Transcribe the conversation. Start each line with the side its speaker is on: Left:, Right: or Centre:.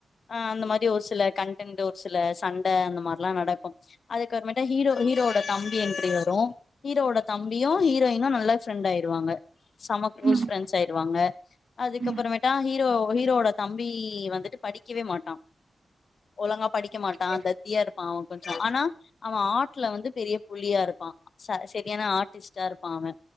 Left: அ அந்த மாரி ஒரு சில கண்டன்ட் சில சண்ட அந்த மாரி நடக்கு அதுக்கறே மேட்டு ஹீரோட தம்பி என்ட்ரி வரு ஹீரோட தம்பியு ஹீரோயினு நல்ல ஃப்ரெண்ட் ஆயிருவாங்க சம குளோஸ்
Right: ம்
Left: ஃப்ரெண்ட் ஆயிருவாங்க அதுக்கப்புறமேட்டா
Right: ம்
Left: ஆ ஹீரோவோட தம்பி வந்துட்டு படிக்கவேமாட்டா ஒழுங்கா க்க மாட்டா
Right: ம்
Left: தத்தியா இருப்பா அவ கொஞ்சோ ஆனா அவ ஆர்ட்ல வந்து பெரிய புலியா இருப்பா ச செரியான ஆர்ட்டிஸ்ட்டா இருப்பா அவ